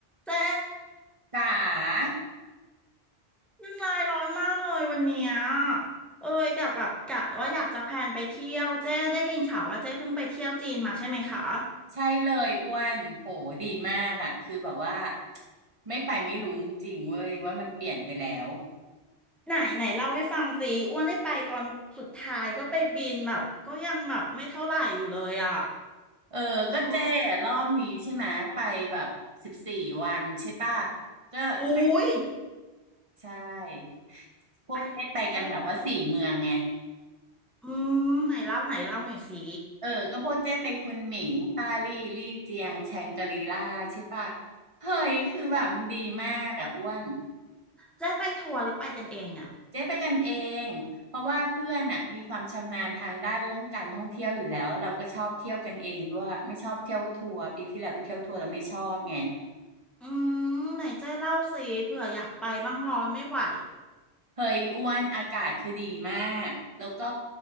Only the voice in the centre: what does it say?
เจ๊
น้ำลายร้อนมากเลยวันเนี้ยเอ้ยกับแบบกะว่าอยากจะแพลนไปเที่ยวเจ๊ได้ยินข่าวว่าเจ๊เพิ่งไปเที่ยวจีนมาใช่ไหมคะ
ไหนไหนเล่าให้ฟังสิอ้วนได้ไปตอนสุดท้ายก็ไปบินแบบก็ยังแบบไม่เท่าไหร่อยู่เลยอ่ะ
อือ
อุ้ย
ไปไปอืมไหนเล่าไหนเล่าหน่อยสิ
เจ๊เจ๊ไปทัวร์หรือไปกันเองเนี่ย
อืมไหนเจ๊เล่าสิเผื่ออยากไปบ้างร้อนไม่ไหว